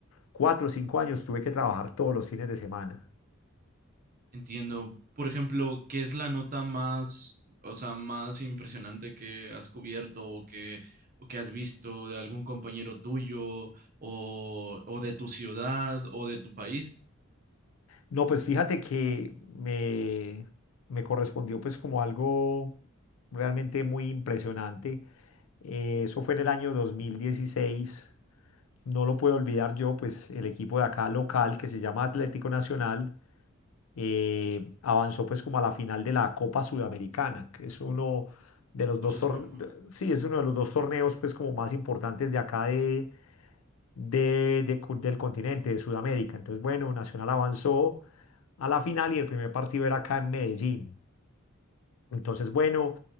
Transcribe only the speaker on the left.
cuatro o cinco años tuve que trabajar todos los fines de semana.
No, pues fíjate que me, me correspondió pues como algo realmente muy impresionante. Eh, eso fue en el año 2016. No lo puedo olvidar yo, pues el equipo de acá local que se llama Atlético Nacional eh, avanzó pues como a la final de la Copa Sudamericana, que es uno, de los dos
torneos,
sí, es uno de los dos torneos pues como más importantes de acá de, de- de cu- del continente, de Sudamérica. Entonces, bueno, Nacional avanzó a la final y el primer partido era acá en Medellín. Entonces, bueno,